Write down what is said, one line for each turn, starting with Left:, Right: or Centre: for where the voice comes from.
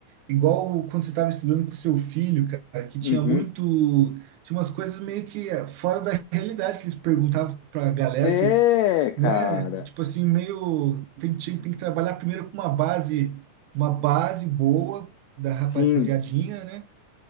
Right: Igual quando você estava estudando com seu filho, cara, que
Left: Uhum.
Right: tinha muito. Tinha umas coisas meio que eh, fora da realidade, que eles perguntavam pra galera
Left: É,
Right: que,
Left: cara.
Right: né? Tipo assim, meio. Tem, tinha- tem que trabalhar primeiro com uma base, uma base boa da rapaziadinha,
Left: Sim,
Right: né?